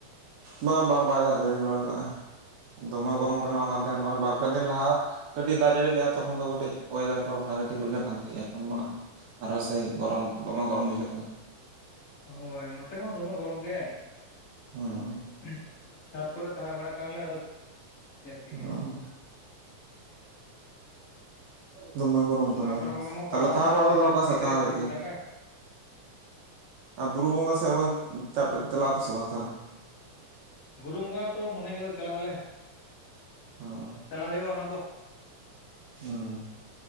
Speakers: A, on the right; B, on the left.
A: ᱵᱟᱝ ᱵᱟᱝ ᱵᱟᱭ ᱫᱟᱜ ᱡᱟᱹᱲᱤ ᱵᱟᱲᱟ ᱠᱟᱜᱼᱟ ᱫᱚᱢᱮ
B: ᱦᱳᱭ
A: ᱜᱚᱨᱚᱢ ᱠᱟᱱᱟ ᱚᱱᱟᱛᱮ ᱱᱚᱜᱚᱭ ᱵᱟᱨ ᱯᱮ ᱫᱤᱱ ᱞᱟᱦᱟ ᱠᱟᱹᱴᱤᱡ ᱫᱟᱜ ᱡᱟᱹᱲᱤ ᱞᱮᱼᱟ ᱛᱚᱠᱷᱚᱱ ᱫᱚ ᱠᱟᱹᱴᱤᱡ ᱚᱭᱮᱫᱟᱨ ᱠᱚ ᱯᱷᱟᱜᱟ ᱴᱷᱤᱠ ᱵᱩᱡᱷᱟᱹᱜ ᱠᱟᱱ ᱛᱟᱦᱤᱜᱼᱟ <unintelligible>
B: ᱦᱳᱭ
A: ᱫᱚᱢᱮ ᱜᱚᱨᱚᱢ ᱵᱩᱡᱷᱟᱹᱜ ᱠᱟᱱᱟ
B: ᱦᱳᱭ ᱱᱚᱛᱮ ᱦᱚᱸ ᱫᱚᱢᱮ ᱜᱚᱨᱚᱢ ᱜᱮ
A: ᱦᱩᱸ
B: ᱩᱸᱜᱽ ᱪᱷᱟᱛ ᱠᱚᱨᱮ ᱛᱟᱦᱮᱸ ᱵᱟᱲᱟᱜ ᱠᱟᱱᱟᱞᱮ ᱟᱫᱚ ᱪᱮᱫ ᱮᱢ ᱪᱤᱠᱟᱹᱭᱟ
A: ᱦᱩᱸ ᱫᱚᱢᱮ ᱜᱚᱨᱚᱢ
B: ᱟᱫᱚ
A: ᱫᱚᱢᱮ
B: ᱟᱥᱟᱲ ᱵᱚᱸᱜᱟ ᱢᱟ ᱯᱟᱲᱟᱣᱱᱟ
A: ᱛᱟᱦᱞᱮ ᱛᱟᱦᱮ ᱵᱟᱲᱟ
B: ᱟᱫᱚ ᱛᱤᱥᱮ
A: ᱫᱚ ᱚᱠᱟ
B: ᱛᱤᱥᱮ
A: ᱥᱮᱫ ᱛᱟᱦᱮ
B: ᱛᱤᱥᱮ
A: ᱦᱩᱭᱩᱜ ᱜᱮᱭᱟ
B: ᱫᱟᱜᱟᱭ
A: ᱟᱨ ᱵᱩᱨᱩ ᱵᱚᱸᱜᱟ ᱥᱮᱜ ᱵᱚᱧ ᱫᱟᱜ ᱪᱟᱞᱟᱜ ᱟᱯᱮ ᱥᱮ ᱵᱟᱝ ᱛᱟᱦᱚᱞᱮ
B: ᱵᱩᱨᱩ ᱵᱚᱸᱜᱟ ᱛᱚ ᱢᱚᱱᱮ ᱠᱮᱫᱟ ᱪᱟᱞᱟᱜ ᱟᱞᱮ,
A: ᱦᱩᱸ
B: ᱪᱟᱞᱟᱣ ᱦᱩᱭᱩᱜᱼᱟ ᱚᱱᱟ ᱫᱚ
A: ᱦᱩᱸᱻᱻ